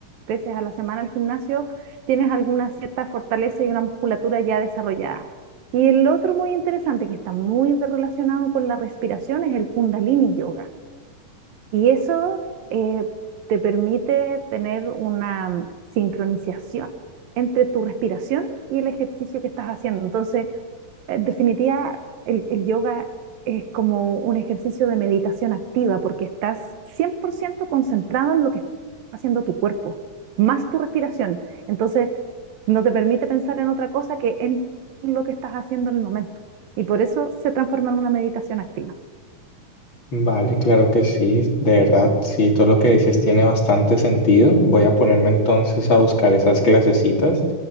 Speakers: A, on the right; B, on the left.
A: veces a la semana al gimnasio, tienes alguna cierta fortaleza y una musculatura ya desarrollada. Y el otro muy interesante que está muy relacionado con la respiración es el Kundalini Yoga y eso eh, te permite tener una mm, sincronización entre tu respiración y el ejercicio que estás haciendo. Entonces, eh, en definitiva, el, el yoga es como un ejercicio de meditación activa porque estás 100% concentrado en lo que está haciendo tu cuerpo, más tu respiración. Entonces, no te permite pensar en otra cosa que en lo que estás haciendo en el momento. Y por eso se transforma en una meditación activa.
B: Vale, claro que sí, de verdad, sí, todo lo que dices tiene bastante sentido. Voy a ponerme entonces a buscar esas clasecitas